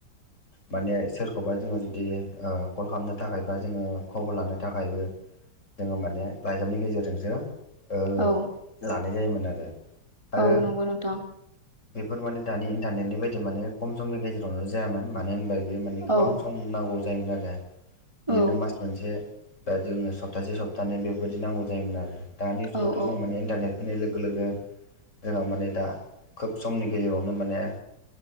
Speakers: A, on the left; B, on the right.
A: माने सोरखौबा जोङो जुदि कल खालामनो थाखायबा जोङो खबर लानो थाखायबो जोङो माने लाइजामनि गेजेरजोंसो ओ
B: औ
A: लानाय जायोमोन आरो आरो
B: औ नंगौ नोंथां
A: बेफोर माने दानि इन्टारनेटनि बायदि माने खम समनि गेजेरावनो जायामोन मानो होनबा बेयो माने गोबां
B: औ
A: सम नांगौ जायोमोन आरो बिनो
B: औ
A: मास मोनसे बा जोङोनो सप्तासे सप्तानैै बेफोरबायदि नांगौ जायोमोन आरो दानि जुगावथ'
B: औ औ
A: जों माने इन्टारनेट फैनाय लोगो लोगो जोंहा माने दा खोब समनि गेजेरावनो माने